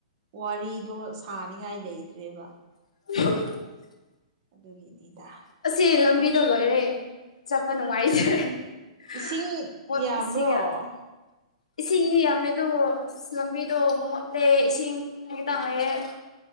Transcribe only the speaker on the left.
<unintelligible>
ꯑꯁꯤ ꯂꯝꯕꯤꯗꯣ ꯂꯣꯏꯔꯦ ꯆꯠꯄ ꯅꯨꯡꯉꯥꯏꯇꯔꯦ <inaudible>
ꯏꯁꯤꯡꯗꯤ ꯌꯥꯝꯗꯦ ꯑꯗꯨꯕꯨ ꯂꯝꯕꯤꯗꯣ ꯃꯣꯠꯂꯦ ꯏꯁꯤꯡ ꯈꯤꯇꯪ ꯈꯤꯇꯪ ꯂꯩꯌꯦ꯫ <unintelligible>